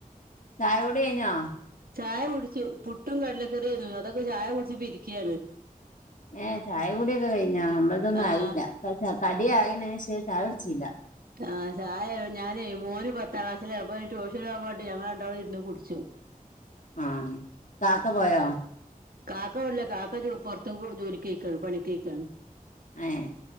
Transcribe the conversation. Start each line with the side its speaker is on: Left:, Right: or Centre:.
Left: ചായകുടി കഴിഞ്ഞോ?
Right: ചായ കുടിച്ചു പുട്ടും കടലക്കറിയായിരുന്നു അതൊക്കെ ചായ കുടിച്ച് ഇരിക്കാണ്
Left: ഏഹ് ചായ കുടിയൊക്കെ കഴിഞ്ഞാ നമ്മളതൊന്നും
Right: ആ
Left: ആയില്ല കടിആയിണ് പക്ഷെ ചായ കുടിച്ചില്ല
Right: ആഹ് ചായ ഞാന് മോന് പത്താം ക്ലാസ്സിലാ അപ്പൊ ട്യൂഷൻപോകാൻ വേണ്ടി ഞങ്ങളണ്ടാളും ഇരിന്നു കുടിച്ചും
Left: ആഹ് കാക്ക പോയോ?
Right: കാക്ക ഇവിടെല്യ കാക്ക പുറത്ത് ജോലിക്ക് പോയിക്ക്ണ് പണി പോയിക്ക്ണ്
Left: ഏഹ്